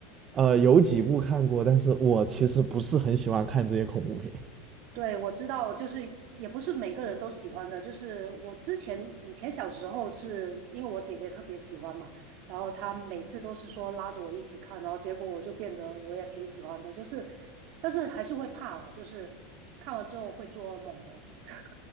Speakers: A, on the right; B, on the right.
A: 呃，有几部看过，但是我其实不是很喜欢看这些恐怖片。
B: 对，我知道，就是也不是每个人都喜欢的。就是我之前以前小时候是因为我姐姐特别喜欢嘛，然后她每次都是说拉着我一起看，然后结果我就变得我也挺喜欢的。就是，但是还是会怕啦，就是看完之后会做噩梦的。<laughs>